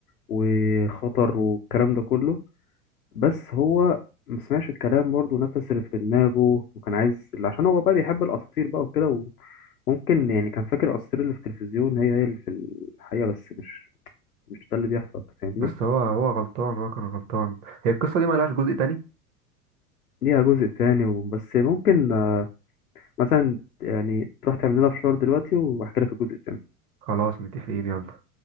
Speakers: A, on the left; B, on the right.
A: وخطر والكلام ده كله بس هو ما سمعش الكلام برضه نفس اللي في دماغه وكان عايز عشان هو بقى بيحب الاساطير بقى وكده وممكن يعني كان فاكر الاساطير اللي في التلفزيون هي هي اللي في الحقيقه بس مش مش ده اللي بيحصل أنت فاهمني
B: بس هو هو غلطان هو كان غلطان هي القصة دي ملهاش جزء تاني
A: ليها جزء تاني وبس ممكن آه، مثلا يعني تروح تعمل لنا فشار دلوقتي واحكي لك الجزء التاني
B: خلاص متفقين يلا